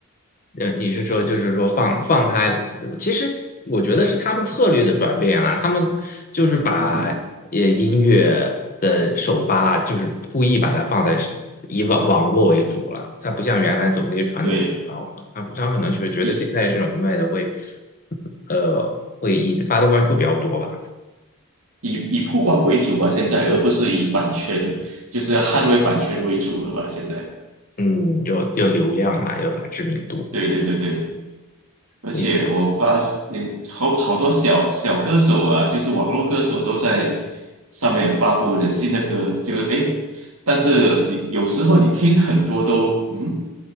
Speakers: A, on the left; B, on the right.
A: 呃，你是说就是说放放开，其实我觉得是他们策略的转变啦、他们就是把呃音乐的首发，
B: 嗯哼，
A: 就是故意把它放在是以网网络为主了。它不像原来走那些传统渠道了，
B: 对，
A: 他他们可能是觉得现在这种卖的会，
B: 以
A: 呃，会引发的关注比较多吧。
B: 以以曝光为主吧，现在，而不是以版权，就是捍卫版权为主了吧？现在，
A: 嗯，有有流量啦，有打知名度。
B: 对对对对。而且我发嗯，
A: 你
B: 好好多小小歌手啊，就是网络歌手都在上面发布了新的歌，就是诶，但是你有时候你听很多都嗯，